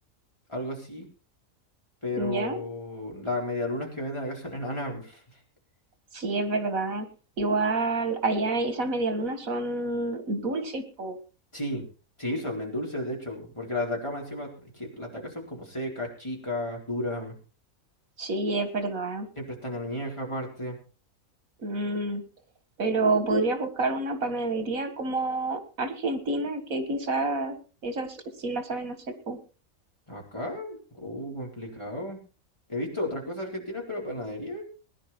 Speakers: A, on the left; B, on the right.
A: algo así Pero
B: Ya,
A: las medialunas que venden acá son enanas. <laughs>
B: sí, es verdad. Igual, allá esas medialunas son dulces, po.
A: Sí, sí, son bien dulces, de hecho, porque las de acá más encima, es que las de acá son como secas, chicas, duras,
B: Sí, es verdad.
A: siempre están en añeja aparte.
B: Mm, pero podrías buscar una panadería como Argentina, que quizás esas sí la saben hacer. po.
A: Acá, uh, complicado. He visto otras cosas argentinas, pero panadería,